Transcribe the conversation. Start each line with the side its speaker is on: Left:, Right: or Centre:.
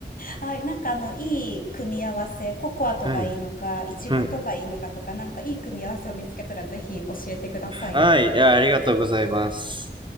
Left: はい、なんかあの、いい組み合わせ、ココアとがいいのか、
Right: はい。
Left: イチゴとがいいのかとか、
Right: はい。
Left: なんかいい組み合わせを見つけたらぜひ教えてください。
Right: はい。いや、ありがとうございます。